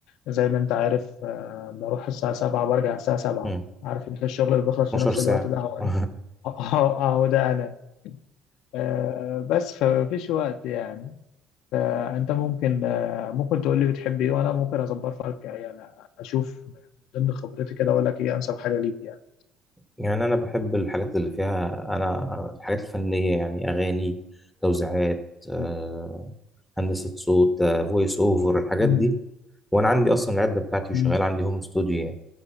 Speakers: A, on the left; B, in the centre.
A: زي ما انت عارف آه، بروح الساعه 7 وبرجع الساعه 7
B: مم.
A: عارف انت الشغل اللي بيخلص
B: 12
A: في نفس
B: ساعة
A: الوقت ده هو <laughs>
B: <laughs>
A: اهو أهو ده انا آه، بس فمفيش وقت يعني فانت ممكن آه، ممكن تقول لي بتحب ايه وانا ممكن اظبط لك يعني اشوف من ضمن خبرتي كده اقول لك ايه انسب حاجه ليك يعني
B: يعني أنا بحب الحاجات اللي فيها أنا الحاجات الفنية يعني أغاني توزيعات آه،
A: مم.
B: هندسة صوت فويس أوفر الحاجات
A: مم.
B: دي وأنا عندي أصلا العدة بتاعتي وشغال
A: مم.
B: عندي هوم استوديو يعني